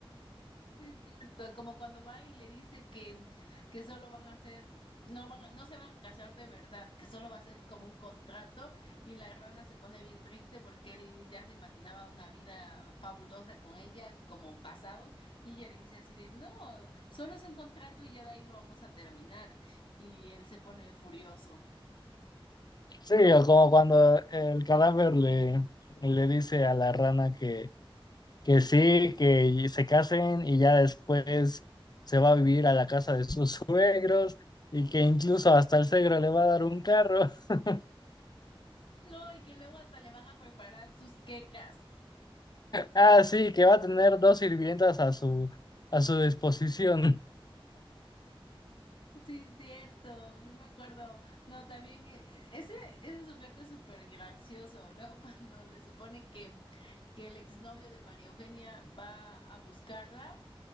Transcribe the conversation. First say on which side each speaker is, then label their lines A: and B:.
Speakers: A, on the left (about 60°); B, on the left (about 45°).
A: Sí, es cierto, como cuando va y le dice que, que solo van a ser, no van, no se van a casar de verdad, que solo va a ser como un contrato y la rana se pone bien triste porque él ya se imaginaba una vida fabulosa con ella como casados y ella le dice así de, no, solo es un contrato y ya de ahí lo vamos a terminar y él se pone furioso.
B: Sí, o como cuando el cadáver le, le dice a la rana que, que sí, que se casen y ya después se va a vivir a la casa de sus <laughs> suegros y que incluso hasta el suegro le va a dar un carro. <laughs>
A: No, y que luego hasta le van a preparar sus quecas.
B: Ah, sí, que va a tener dos sirvientas a su, a su disposición.
A: Sí, es cierto, sí me acuerdo. No, también eh, ese, ese sujeto es súper gracioso. Luego <laughs> cuando se supone que, que el exnovio de María Eugenia va a buscarla